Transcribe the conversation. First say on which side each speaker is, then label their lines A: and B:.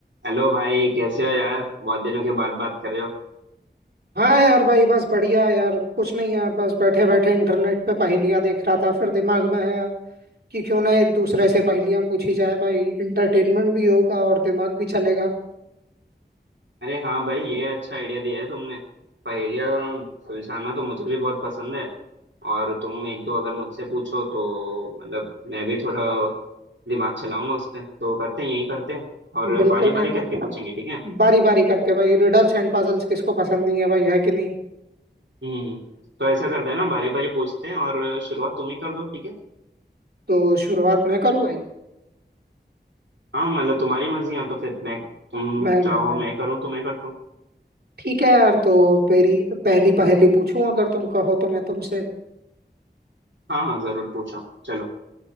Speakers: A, on the right; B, on the right.
A: Hello भाई कैसे हो यार बहुत दिनों के बाद बात कर रहे हो
B: हाँ यार भाई बस बढ़िया यार कुछ नहीं यार बस बैठे बैठे इंटरनेट पे पहेलियां देख रहा था फिर दिमाग में आया कि क्यों ना एक दूसरे से पहेलियां पूछी जाए भाई इंटरटेनमेंट भी होगा और दिमाग भी चलेगा
A: अरे हाँ भाई ये अच्छा आइडिया दिया है तुमने पहेलियाँ सुलझाना तो मुझे भी बहुत पसंद है और तुम एक दो अगर मुझसे पूछो तो मतलब मैं भी थोड़ा दिमाग चलाऊंगा उस पे तो करते हैं यही करते हैं और
B: बिल्कुल
A: बारी बारी
B: यार भाई,
A: करके पूछेंगे ठीक है
B: बारी बारी करके भाई रिडल्स एंड पजल्स किसको पसंद नहीं है भाई है कि नहीं
A: हम्म हम्म। तो ऐसा करते हैं ना बारी बारी पूछते हैं और शुरुआत तुम ही कर दो ठीक है
B: तो शुरुआत मैं करूँ भाई
A: हाँ मतलब तुम्हारी मर्जी या तो फिर मैं तुम
B: मैं मैं
A: चाहो
B: मैं
A: मैं करूँ तो मैं करता हूँ
B: ठीक है यार तो मेरी पहली पहेली पूछूं अगर तुम कहो तो मैं तुमसे
A: हाँ हाँ जरूर पूछो चलो